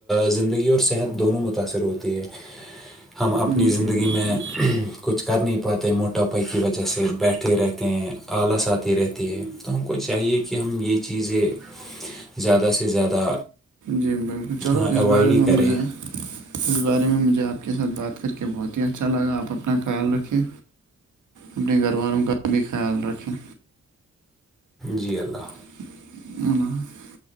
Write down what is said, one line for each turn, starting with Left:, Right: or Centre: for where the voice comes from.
Centre: زندگی اور صحت دونوں متاأثر ہوتی ہے ہم اپنی
Right: جی
Centre: زندگی
Right: بالکل
Centre: میں کچھ کر نہیں پاتے موٹاپائی کی وجہ سے بیٹھے رہتے ہیں آلس آتی رہتے ہے تو ہم کو چاہیے کہ ہم یہ چیزیں
Right: <inaudible>
Centre: زیادہ سے زیادہ
Right: جی بالکل چلو
Centre: اوائڈ
Right: اس بارے
Centre: ہی
Right: میں
Centre: کریں
Right: مجھے اس بارے میں مجھے آپ کے ساتھ بات کر کے بہت ہی اچھا لگا آپ اپنا خیال رکھیے اپنے گھر والوں کا بھی خیال رکھیں
Centre: جی اللہ
Right: ان